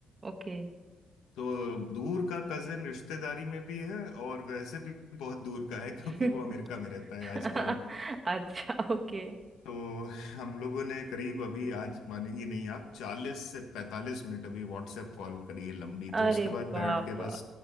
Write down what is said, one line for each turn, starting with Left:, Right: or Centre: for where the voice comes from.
Right: ओके
Left: तो दूर का कजिन रिश्तेदारी में भी है और वैसे भी बहुत दूर का है क्योंकि
Right: <laughs>
Left: वो अमेरिका में रहता है आजकल
Right: अच्छा ओके
Left: तो हम लोगों ने करीब अभी आज मानेंगी नहीं आप चालीस से पैंतालीस मिनट अभी व्हाट्सएप कॉल करी है लंबी
Right: अरे
Left: तो उसके बाद
Right: बाप
Left: बैठ के बस